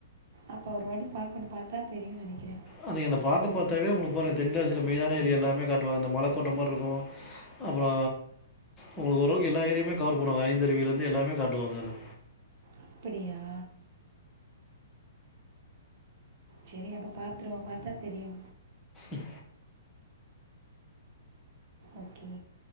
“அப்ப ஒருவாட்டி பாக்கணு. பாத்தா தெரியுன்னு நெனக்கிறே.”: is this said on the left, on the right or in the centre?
Right